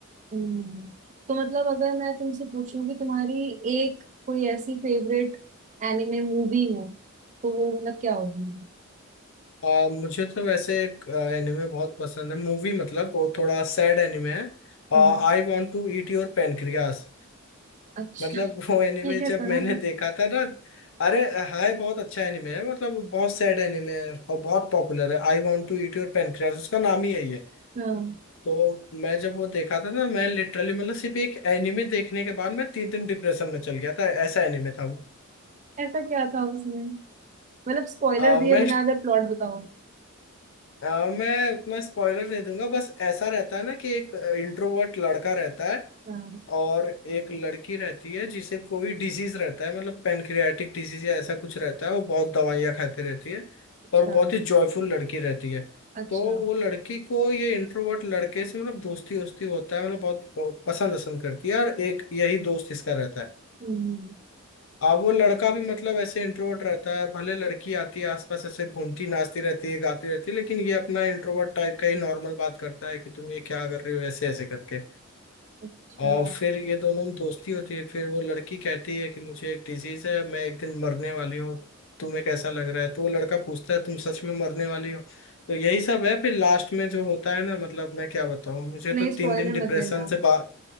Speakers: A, on the right; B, on the left.
A: हम्म तो मतलब अगर मैं तुमसे पूछूं कि तुम्हारी एक कोई ऐसी फेवरेट एनिमे मूवी हो तो वो मतलब क्या होगी
B: आ, मुझे तो वैसे एक एनिमे बहुत पसंद है मूवी मतलब वो थोड़ा सैड एनिमे है I
A: हम्म।
B: want to eat your pancreas
A: अच्छा
B: मतलब वो एनिमे
A: ये कैसा
B: जब मैंने
A: नाम है
B: देखा था ना अरे हाय बहुत अच्छा एनिमे है मतलब बहुत सैड एनिमे है और बहुत पॉपुलर है I want to eat your pancreas उसका नाम ही यही है
A: हाँ
B: तो मैं जब वो देखा था ना मैं लिटरली मतलब सिर्फ एक एनिमे देखने के बाद मैं तीन दिन डिप्रेशन में चल गया था ऐसा एनिमे था वो
A: ऐसा क्या था उसमें मतलब स्पॉइलर
B: आ,
A: दिए
B: मैं
A: बिना अगर प्लॉट बताओ
B: आ, मैं उतना स्पॉइलर नहीं दूंगा बस ऐसा रहता है ना कि एक इंट्रोवर्ट लड़का रहता है
A: हाँ
B: और एक लड़की रहती है जिसे कोई डिजीज रहता है मतलब पेनक्रियाटिक डिजीज या ऐसा कुछ रहता है वो बहुत दवाइयाँ खाते रहती है
A: अच्छा
B: पर वो बहुत ही जॉयफुल लड़की रहती है
A: अच्छा
B: तो वो लड़की को ये इंट्रोवर्ट लड़के से मतलब दोस्ती वोस्ती होता है मतलब बहुत पसंद वसंद करती है और एक यही दोस्त इसका रहता है
A: हम्म,
B: अब वो लड़का भी मतलब ऐसे इंट्रोवर्ट रहता है भले लड़की आती है आसपास ऐसे घूमती नाचती रहती है गाती रहती है लेकिन ये अपना इंट्रोवर्ट टाइप का ही नॉर्मल बात करता है कि तुम ये क्या कर रही हो ऐसे ऐसे करके
A: अच्छा
B: और फिर ये दोनों में दोस्ती होती है फिर वो लड़की कहती है कि मुझे एक डिजीज है मैं एक दिन मरने वाली हूँ तुम्हें कैसा लग रहा है तो वो लड़का पूछता है तुम सच में मरने वाली हो तो यही सब है फिर लास्ट में जो होता है ना मतलब मैं क्या बताऊँ मुझे
A: नहीं
B: तो तीन
A: स्पॉइलर
B: दिन डिप्रेशन
A: मत देना
B: से बा